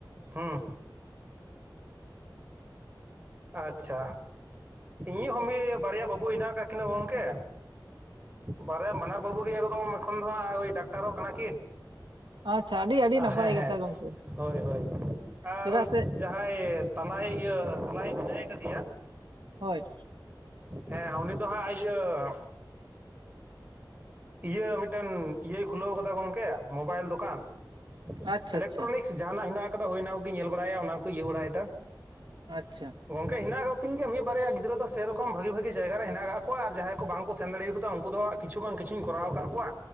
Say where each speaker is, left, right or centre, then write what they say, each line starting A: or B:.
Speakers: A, on the right (about 25°); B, on the right (about 80°).
A: ᱦᱩᱸ ᱟᱪᱪᱷᱟ᱾ ᱤᱧᱟᱹᱜ ᱦᱚᱸ ᱢᱤ ᱵᱟᱨᱭᱟ ᱵᱟᱹᱵᱩ ᱦᱮᱱᱟᱜ ᱠᱟᱜ ᱠᱤᱱᱟᱹ ᱜᱚᱝᱠᱮ᱾ ᱵᱟᱨᱭᱟ ᱵᱟᱱᱟᱨ ᱵᱟᱹᱵᱩ ᱜᱮ ᱮᱠᱫᱚᱢ ᱮᱠᱷᱚᱱ ᱫᱚᱦᱟᱸᱜ ᱳᱭ ᱰᱟᱠᱛᱟᱨᱚᱜ ᱠᱟᱱᱟ ᱠᱤᱱ᱾
B: ᱟᱪᱪᱷᱟ ᱟᱹᱰᱤ ᱟᱹᱰᱤ ᱱᱟᱯᱟᱭ
A: ᱦᱮᱸ ᱦᱮᱸ
B: ᱠᱟᱛᱷᱟ ᱜᱚᱝᱠᱮ
A: ᱦᱳᱭ ᱦᱳᱭ ᱟᱨ
B: ᱪᱮᱫᱟᱜ ᱥᱮ
A: ᱡᱟ ᱦᱟᱸᱭ ᱛᱟᱞᱟᱭᱤᱜ ᱤᱭᱟᱹ ᱛᱟᱞᱟᱭᱤᱜ ᱢᱮᱱᱟᱹᱭ ᱠᱟᱫᱮᱭᱟ
B: ᱦᱚᱭ᱾
A: ᱦᱮᱸ ᱩᱱᱤ ᱫᱚ ᱦᱟᱸᱜ ᱤᱭᱟᱹ ᱤᱭᱟᱹ ᱢᱤᱫᱴᱮᱱ ᱤᱭᱟᱹᱭ ᱠᱷᱩᱞᱟᱹᱣ ᱠᱟᱫᱟ ᱜᱚᱝᱠᱮ ᱢᱳᱚᱵᱟᱭᱤᱞ ᱫᱚᱠᱟᱱ
B: ᱟᱪᱪᱷᱟ
A: ᱤᱞᱮᱠᱴᱨᱚᱱᱤᱠᱥ
B: ᱟᱪᱪᱷᱟ
A: ᱡᱟᱦᱟᱸᱱᱟᱜ ᱦᱮᱱᱟᱜ ᱟᱠᱟᱫᱟ ᱦᱩᱭᱱᱟᱜᱭ ᱧᱮᱞ ᱵᱟᱲᱟᱭᱟ ᱚᱱᱟ ᱠᱚ ᱤᱭᱟᱹ ᱵᱟᱲᱟᱭᱫᱟ᱾
B: ᱟᱪᱪᱷᱟ᱾
A: ᱜᱚᱝᱠᱮ ᱦᱮᱱᱟᱜ ᱠᱚᱛᱤᱧ ᱜᱮᱭᱟ ᱢᱤᱫ ᱵᱟᱨᱭᱟ ᱜᱤᱫᱽᱨᱟᱹ ᱫᱚ ᱥᱮᱨᱚᱠᱚᱢ ᱵᱷᱟᱜᱤ ᱵᱷᱟᱜᱤ ᱡᱟᱭᱜᱟ ᱨᱮ ᱦᱮᱱᱟᱜ ᱠᱫ ᱠᱚᱣᱟ ᱟᱨ ᱡᱟᱦᱟᱸᱭ ᱠᱚ ᱵᱟᱝᱠᱩ ᱥᱮᱱ ᱫᱟᱲᱮᱭᱟᱚᱫᱟ ᱩᱱᱠᱩ ᱫᱚ ᱠᱤᱪᱷᱩ ᱵᱟᱝ ᱠᱤᱪᱷᱩᱧ ᱠᱚᱨᱟᱣ ᱠᱟᱜ ᱠᱚᱣᱟ᱾